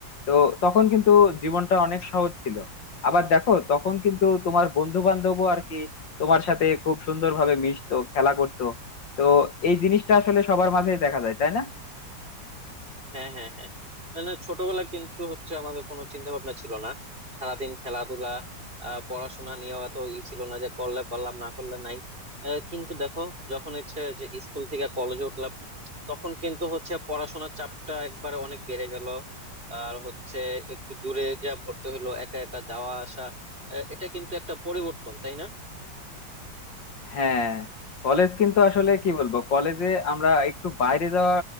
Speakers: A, on the left (about 80°); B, on the right (about 30°).
A: তো তখন কিন্তু জীবনটা অনেক সহজ ছিল আবার দেখো তখন কিন্তু তোমার বন্ধু বান্ধবও আর কি তোমার সাথে খুব সুন্দরভাবে মিশতো খেলা করতো তো এই জিনিসটা আসলে সবার মাঝেই দেখা যায় তাই না
B: হ্যাঁ হ্যাঁ হ্যাঁ না না, ছোটবেলা কিন্তু হচ্ছে আমাদের কোনো চিন্তা ভাবনা ছিল না সারাদিন খেলাধুলা আহ, পড়াশোনা নিয়েও এত ই ছিল না যে করলে করলাম না করলে নাই আহ, কিন্তু দেখো যখন হচ্ছে যে স্কুল থেকে কলেজে উঠলাম তখন কিন্তু হচ্ছে পড়াশোনার চাপটা একবারে অনেক বেড়ে গেল আর হচ্ছে একটু দূরে যা ভর্তি হইলো একা একা যাওয়া আসা আহ, এটা কিন্তু একটা পরিবর্তন তাই না
A: হ্যাঁ কলেজ কিন্তু আসলে কি বলবো কলেজে আমরা একটু বাইরে যাওয়া